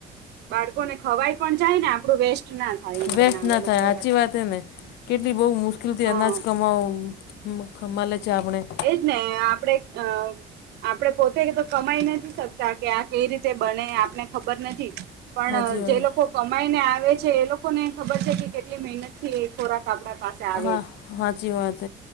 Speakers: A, on the right; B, on the left.
A: બાળકોને ખવાય પણ જાય ને, આપણું વેસ્ટ ના થાય એમ
B: વસ્ટ
A: બનાવેલું
B: ના થાય,
A: ખોરાક
B: સાચી વાત એ ને, કેટલી બહુ મુશ્કેલથી
A: હા
B: અનાજ કમાવો. મ ખમલે ચ આપણે <unintelligible>
A: એજ ને, આપડે અ આપણે પોતે તો કમાઈ નથી શકતા, કે આ કેઈ રીતે બને, આપને ખબર નથી. પણ
B: સાચી વાત
A: જે લોકો કમાઈને આવે છે, એ લોકોને ખબર છે, કે કેટલી મહેનત. થી ખોરાક આપણા પાસે આવે
B: હા
A: છે.
B: સાચી વાત,